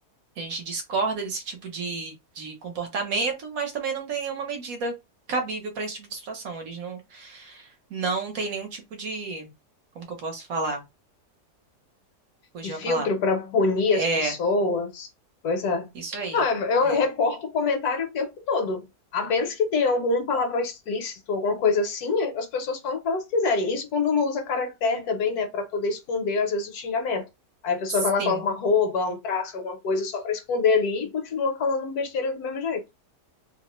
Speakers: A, on the right (about 65°); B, on the left (about 70°).
A: a gente discorda desse tipo de, de comportamento, mas também não tem nenhuma medida cabível para esse tipo de situação. Eles não, não têm nenhum tipo de. Como que eu posso falar? Fugiu
B: de filtro
A: a palavra.
B: para punir as
A: É,
B: pessoas. coisa
A: isso aí.
B: Não, eu
A: É,
B: eu reporto o comentário o tempo todo. A menos que tenha algum palavrão explícito, alguma coisa assim, as pessoas falam o que elas quiserem. Isso quando não usa caractere também, né, para poder esconder, às vezes, o xingamento. Aí a pessoa
A: sim.
B: vai lá, coloca uma arroba, um traço, alguma coisa, só para esconder ali e continua falando besteira do mesmo jeito.